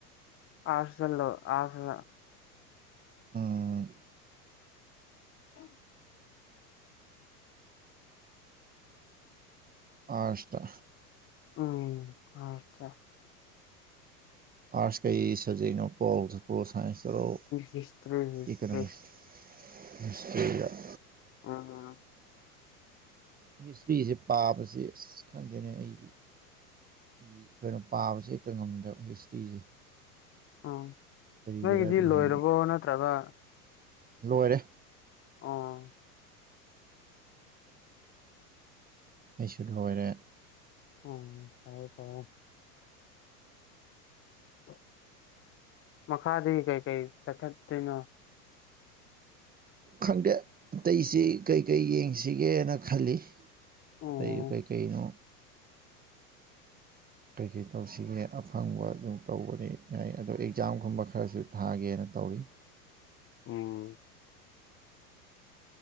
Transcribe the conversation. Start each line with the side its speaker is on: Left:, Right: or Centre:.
Left: ꯑꯥꯔꯁ ꯂꯣꯏ ꯑꯥꯔꯁꯇ
Right: ꯎꯝ
Left: <inaudible>
Right: ꯑꯥꯔꯁꯇ
Left: ꯎꯝ ꯑꯥꯔꯁꯇ
Right: ꯑꯥꯔꯁ ꯀꯩ ꯁꯕꯖꯦꯛꯅꯣ ꯄꯣꯄꯣ ꯁꯥꯏꯟꯁꯇꯔꯣ
Left: ꯍꯤꯁꯇ꯭ꯔꯤ ꯍꯤꯁꯇ꯭ꯔꯤ
Right: ꯏꯀꯣꯅꯣꯃꯤꯛꯁ ꯑꯁ ꯑꯗꯨꯗꯤ ꯌꯥꯝ
Left: <inaudible>
Right: ꯑꯦꯁꯄꯤꯁꯦ ꯄꯥꯕꯁꯤ ꯑꯁ ꯈꯪꯗꯦꯅꯦ ꯑꯩꯖꯤ ꯑꯩꯈꯣꯏꯒꯤ ꯀꯩꯅꯣ ꯄꯥꯕꯁꯦ ꯍꯦꯛꯇ ꯉꯝꯗꯕ ꯍꯤꯁꯇ꯭ꯔꯤꯁꯦ
Left: ꯎꯝ
Right: ꯀꯔꯤꯒꯤꯔꯗꯤ
Left: ꯅꯣꯏꯒꯤꯗꯤ ꯂꯣꯏꯔꯕꯣ
Right: ꯈꯪꯗꯦ
Left: ꯅꯠꯇ꯭ꯔꯒ
Right: ꯂꯣꯏꯔꯦ
Left: ꯑꯣ
Right: ꯑꯩꯁꯨ ꯂꯣꯏꯔꯦ
Left: ꯎꯝ ꯇꯧꯋꯦ ꯇꯧꯔꯣ <inaudible> ꯃꯈꯥꯗꯒꯤ ꯀꯩ ꯀꯩ ꯆꯠꯊꯠꯇꯨꯏꯅꯣ
Right: ꯈꯪꯗꯦ ꯑꯇꯩꯁꯤ ꯀꯩꯀꯩ ꯌꯦꯡꯁꯤꯒꯦꯅ ꯈꯜꯂꯤ
Left: ꯑꯣ
Right: ꯑꯇꯩꯗꯨ ꯀꯩꯀꯩꯅꯣ ꯀꯔꯤ ꯀꯔꯤ ꯇꯧꯁꯤꯒꯦ ꯑꯐꯪꯕ ꯑꯗꯨꯝ ꯇꯧꯕꯅꯤ ꯍꯥꯏ ꯑꯗꯣ ꯑꯦꯛꯖꯥꯝꯒꯨꯝꯕ ꯈꯔꯁꯨ ꯊꯥꯒꯦꯅ ꯇꯧꯔꯤ
Left: ꯎꯝ